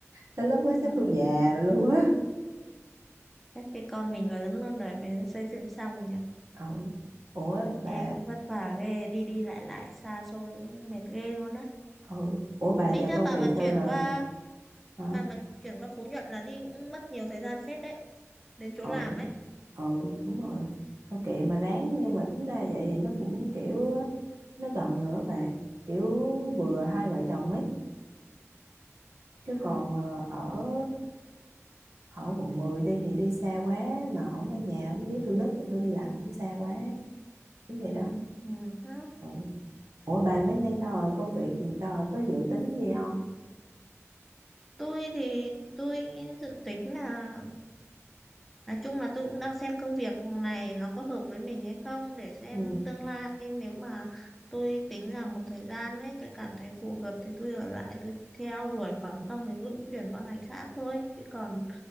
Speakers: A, on the right; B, in the centre.
A: tới lúc đó
B: ờ,
A: chắc tôi già rồi luôn á
B: chắc khi con mình lớn luôn rồi mới xây dựng xong nhỉ.
A: ừ. ủa bà
B: Nghe cũng vất vả ghê, đi đi lại lại xa xôi cũng mệt ghê luôn á.
A: ừ. ủa bà giờ
B: Tính ra
A: công
B: bà
A: việc
B: mà
A: sao
B: chuyển
A: rồi
B: qua
A: hả
B: bà mà chuyển qua Phú Nhuận là đi cũng mất nhiều thời gian phết đấy, đến chỗ
A: ừ
B: làm ấy.
A: ừ đúng rồi thôi kệ mà ráng nhưng mà tính ra vậy thì nó cũng kiểu á, nó gần rồi á bà kiểu vừa
B: Ừ.
A: hai vợ chồng ấy chứ
B: Ừ.
A: còn ờ, ở ở quận 10 đi thì đi xa quá mà ổng ở nhà ổng dưới Thủ Đức mà tôi đi làm cũng xa quá đúng vậy đó
B: Ừ. ừ.
A: Ừ. Ủa bà mấy nay sao rồi công việc sao rồi có dự tính gì không
B: Tôi thì tôi dự tính là nói chung là tôi cũng đang xem công việc này nó có hợp với mình hay không để xem
A: ừ.
B: tương lai nếu mà tôi tính làm một thời gian ấy tôi cảm thấy phù hợp thì tôi ở lại tôi theo đuổi còn không thì tôi cũng chuyển qua ngành khác thôi chứ còn